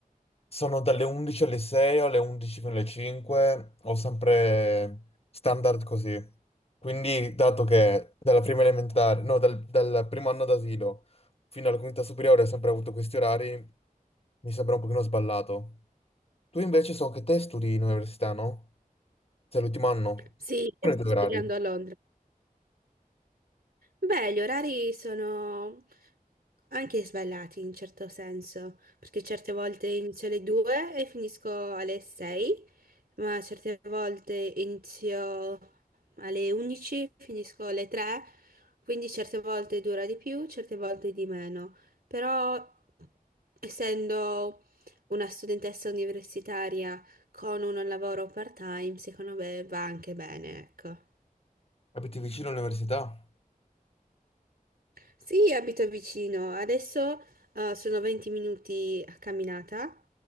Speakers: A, on the left; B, on the right.
A: sono dalle 11 alle 6 o alle 11 fino alle 5, ho sempre standard così. Quindi, dato che dalla prima elementare, no, dal, dal primo anno d'asilo fino alla quinta superiore ho sempre avuto questi orari, mi sembra un pochino sballato. Tu invece so che te studi in università, no? Sei l'ultimo anno?
B: Sì, io
A: Sono
B: sto
A: i tuoi orari?
B: studiando a Londra. Beh, gli orari sono anche sballati in certo senso, perché certe volte inizio alle 2 e finisco alle 6, ma certe volte inizio alle 11, finisco alle 3, quindi certe volte dura di più, certe volte di meno. Però, essendo una studentessa universitaria con un lavoro part-time, secondo me va anche bene, ecco.
A: Abiti vicino all'università?
B: Sì, abito vicino. Adesso eh, sono 20 minuti a camminata,